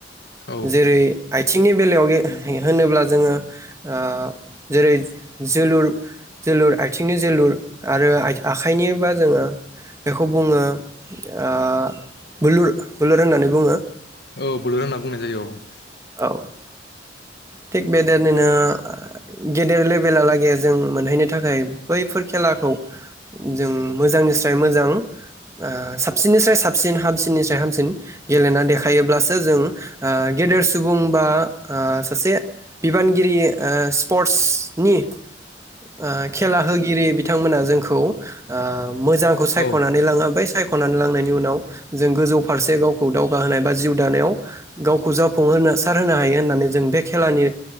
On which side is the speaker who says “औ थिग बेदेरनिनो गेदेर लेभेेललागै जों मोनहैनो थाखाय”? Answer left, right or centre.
Right